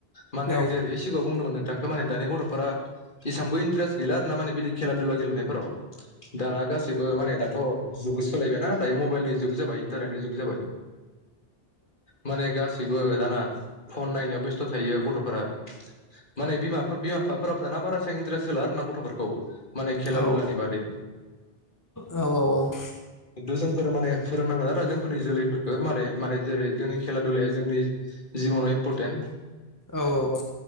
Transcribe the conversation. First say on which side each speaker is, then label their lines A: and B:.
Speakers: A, on the left; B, on the left.
A: माने
B: औ
A: आं जेरै सिगाङाव बुंदोंमोन बिथांखौ माने दानि गथ'फोरा एसांबो इन्टारेस्ट गैला आरो ना माने बिदि खेला दुला गेलनायफोराव। दाना गासैबो माने दा अ जुगबो सोलायबायना दायो मबाइ मबायलनि जुग जाबाय इन्तारनेतनि जुग जाबाय। माने गासै बयबो दाना फन नायनायाव बेस्थ' थायो गथ'फोरा। माने बिमाफोर बिमा बिफाफोरा दाना बारा इसान इनट्रेस होला आरोना गथ'फोरखौ माने खेला
B: औ
A: दुलानि बारै
B: औ औ औ औ।
A: खिनथु जोंफोर माने फोरोंनांगोन आरो जों <unintelligible> जोलैफोरखौ माने माने जेरै जोंनि खेला दुलाया जोंनि । जिबनाव इम्पर्टन्ट
B: औ औ औ।